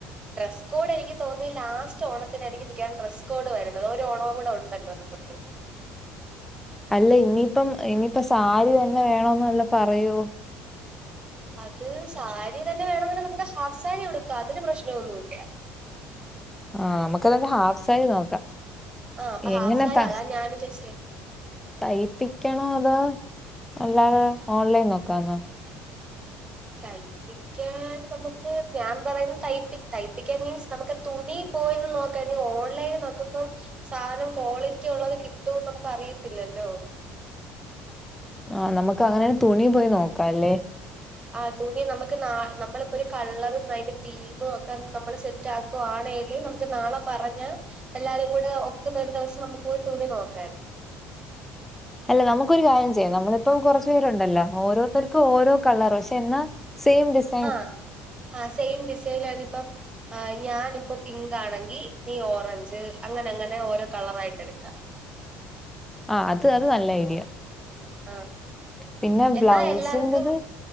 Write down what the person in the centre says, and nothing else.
അല്ല ഇനിയിപ്പം ഇനിയിപ്പം സാരി തന്നെ വേണോന്ന് പറയോ
ആഹ് നമുക്ക്തന്നെ ഹാഫ് സാരി നോക്കാം
എങ്ങനെ
ത
തയ്പ്പിക്കണോ അതോ അല്ലാതെ ഓൺലൈൻ നോക്കാന്നോ
ആഹ് നമുക്ക് അങ്ങനെ തുണി പോയി നോക്കാം അല്ലേ
അല്ല നമുക്കൊരു കാര്യം ചെയ്യാം നമ്മളിപ്പം കുറച്ചു പേരുണ്ടല്ലോ ഓരോരുത്തർക്കും ഓരോ കളറ് പക്ഷെ എന്നാ സെയിം ഡിസ്
ആഹ്, അത് അത് നല്ല ഐഡിയ.
പിന്നെ
ബ്ലൗസിന്റേത്.